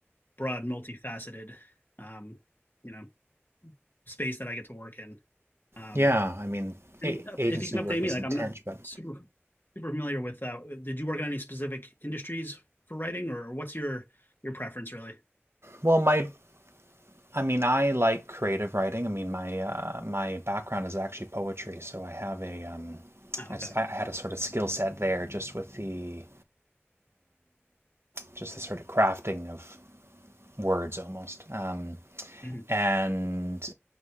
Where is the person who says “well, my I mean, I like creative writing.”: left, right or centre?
Right